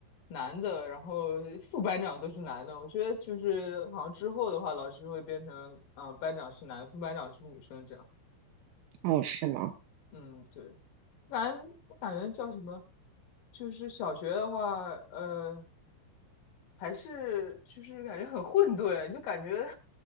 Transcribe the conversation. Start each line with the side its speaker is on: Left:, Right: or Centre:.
Left: 男的，然后副班长都是男的。我觉得就是好像之后的话，老师会变成嗯、呃班长是男，副班长是女生这样。
Right: 哦是吗？
Left: 嗯，对。我感觉我感觉叫什么？就是小学的话，呃。还是就是感觉很混沌，就感觉